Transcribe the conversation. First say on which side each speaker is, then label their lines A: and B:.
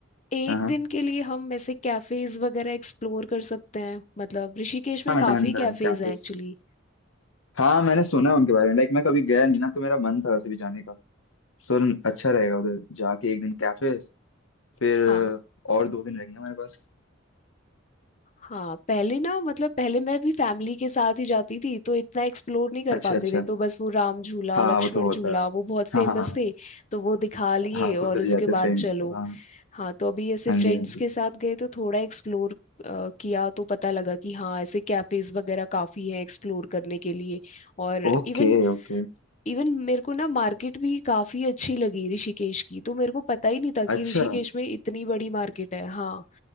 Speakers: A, on the left; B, on the left.
A: एक
B: हाँ हाँ
A: दिन के लिए हम ऐसे कैफेज वगैरह एक्सप्लोर कर सकते हैं मतलब ऋषिकेश में
B: हाँ
A: काफी
B: डन डन
A: कैफेज
B: कैफेज
A: हैं एक्चुअली
B: हाँ मैंने सुना है उनके बारे में लाइक मैं कभी गया नहीं ना तो मेरा मन था वैसे भी जाने का सो अच्छा रहेगा उधर जाके एक दिन कैफेज फिर
A: हाँ
B: और दो दिन रहेंगे हमारे पास
A: हाँ पहले ना मतलब पहले मैं भी फैमिली के साथ ही जाती थी तो इतना एक्सप्लोर नहीं कर
B: अच्छा
A: पाते
B: अच्छा
A: थे तो बस वो राम झूला
B: हाँ
A: लक्ष्मण
B: वो तो होता
A: झूला
B: है
A: वो बहुत फेमस
B: हाँ हाँ हाँ
A: थे तो वो दिखा लिए
B: हाँ
A: और
B: तो उधर
A: उसके
B: ही जाते
A: बाद
B: फ्रेंड्स
A: चलो
B: तो हाँ
A: हाँ तो अभी ऐसे
B: हाँ
A: फ्रेंड्स
B: जी हाँ जी
A: के साथ गए तो थोड़ा एक्सप्लोर किया तो पता लगा कि हाँ ऐसे कैफेज वगैरह काफी हैं एक्सप्लोर करने के लिए और
B: Okay
A: इवन
B: okay
A: इवन मेरे को ना मार्केट भी काफी अच्छी लगी ऋषिकेश की तो मेरे को पता ही नहीं था कि
B: अच्छा
A: ऋषिकेश में इतनी बड़ी मार्केट है हाँ